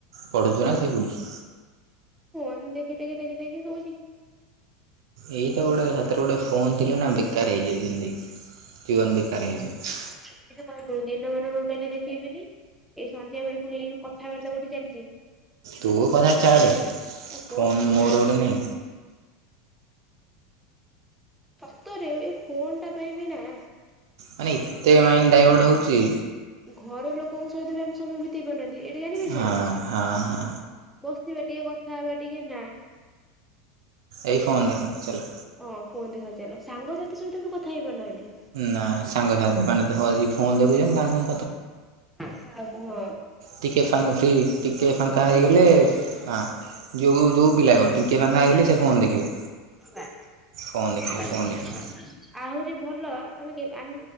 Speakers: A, on the right; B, in the centre.
A: ପଢ଼ୁଛୁ ନା ଶୋଇପଡୁଛୁ?
B: ଫୋନ୍ ଦେଖି ଦେଖି ଦେଖି ଦେଖି ଶୋଉଛି।
A: ଏଇ ତ ଗୋଡେ ହାତରେ ଗୋଡେ ଫୋନ୍ ଥିଲେ ନା, ବେକାର ହେଇଯାଏ ଜିନ୍ଦେଗୀ। ଜୀବନ ବେକାର ହେଇଯାଏ।
B: ସେମିତି କହିବୁନୁ, ଦିନମାନ ଟୋଟାଲି ଦେଖେଇବିନି। ଏଇ ସନ୍ଧ୍ୟା ବେଳୁ ପୁଣି ଏଇ ଯୋଉ କଥାବାର୍ତ୍ତା ଗୋଟେ ଚାଲ୍ ଚି
A: ତୋ କଥା ଛାଡ଼େ!
B: ଆଉ ମୋ
A: ଫୋନ୍
B: କଥା
A: ମୋର
B: ଛାଡ।
A: ଗୋଟେ ନେ।
B: ସତରେ ଏ ଫୋନ୍ ଟା ପାଇଁବି ନାଁ
A: ମାନେ ଏତେ ମାଇଣ୍ଡ ଡାଇଭର୍ଟ ହଉଚି।
B: ଘର ଲୋକଙ୍କ ସହିତ ବି ଆମେ ସମୟ ବିତେଇ ପାରୁନାହାଁନ୍ତି, ଏଇଟା ଜାଣିପାରୁଛୁ
A: ହଁ
B: ନା!
A: ହଁ ହଁ
B: ବସିଥିବା ଟିକେ, କଥା ହବା ଟିକେ ନା।
A: ଏଇ ଫୋନ୍ ଦେଖା ଚଲା।
B: ହଁ, ଫୋନ୍ ଦେଖା ଚାଲ। ସାଙ୍ଗସାଥି ସହିତ ବି କଥା ହେଇ ପାରୁନାହାଁନ୍ତି।
A: ନାଁ, ସାଙ୍ଗସାଥି ମାନେ ତ ବସି ଫୋନ୍ ଦେଖୁଛନ୍ତି। ତାହାନେ
B: ଆଚ୍ଛା, କୁହ।
A: ଟିକେ ଫାଙ୍କା, ଫ୍ରି ଟିକେ ଫାଙ୍କା ହେଇଗଲେ
B: ଯୋଉଠି ବି
A: ହାଁ। ଯୋଉ ଯୋଉ ପିଲା ବି ହଉ, ଟିକିଏ ଫାଙ୍କା ହେଇଗଲେ, ସେ ଫୋନ୍ ଦେଖିବ।
B: ହୁଁ,
A: ଫୋନ୍ ଦେଖିବ
B: ହୁଁ।
A: ଫୋନ୍ ଦେଖିବ
B: ଆହୁରି ଭଲ ଆମେ କେ ଆମ୍